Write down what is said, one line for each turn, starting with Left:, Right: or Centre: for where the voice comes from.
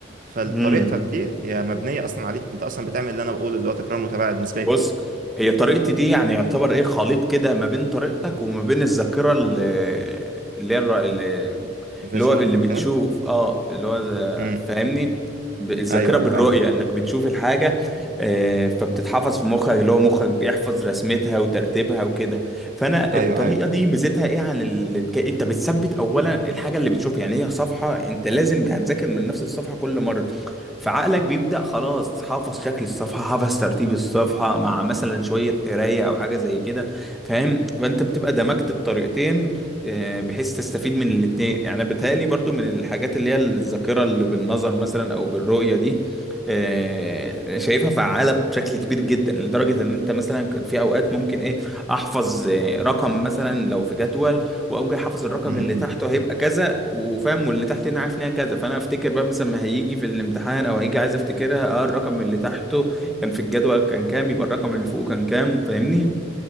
Right: فطريقتك
Centre: امم
Right: دي هي مبنية اصلا عليها انت اصلا بتعمل اللي انا بقوله اللي هو تكرار متابعة نسبية
Centre: بص هي طريقتي دي يعني يعتبر ايه خليط كده ما بين طريقتك وما بين الذاكره اللي اللي هي الر- اللي
Right: فيجوال
Centre: اللي هو اللي
Right: او
Centre: بتشوف
Right: كده
Centre: اه اللي هو ذا-
Right: امم
Centre: فاهمني ب- الذاكره
Right: ايوه
Centre: بالرؤيه
Right: ايوه فاهم
Centre: انك بتشوف الحاجه آه فبتتحفظ في مخك اللي هو مخك بيحفظ رسمتها وترتيبها وكده فانا
Right: ايوه
Centre: الطريقه
Right: ايوه
Centre: دي ميزتها ايه عن اللي تك... انت بتثبت اولا الحاجه اللي بتشوفها يعني هي صفحه انت لازم هتذاكر من نفس الصفحه كل مره فعقلك بيبدأ خلاص حافظ شكل الصفحة حافظ ترتيب الصفحة مع مثلا شوية قراية أو حاجة زي كده فاهم فأنت بتبقى دمجت الطريقتين آه، بحيث تستفيد من الاتنين يعني بيتهيألي برضو من الحاجات اللي هي الذاكرة اللي بالنظر مثلا أو بالرؤية دي آه، آه، شايفها فعالة بشكل كبير جدا لدرجة إن أنت مثلا كان في أوقات ممكن إيه أحفظ آه، رقم مثلا لو في جدول واقوم جاي حافظ الرقم
Right: امم
Centre: اللي تحته هيبقى كذا وفاهم واللي تحت هنا عارف ان هي كذا فانا افتكر بقى مثلا ما هيجي في الامتحان او هيجي عايز افتكرها اه الرقم اللي تحته كان في الجدول كان كام يبقى الرقم اللي فوقه كان كام فاهمني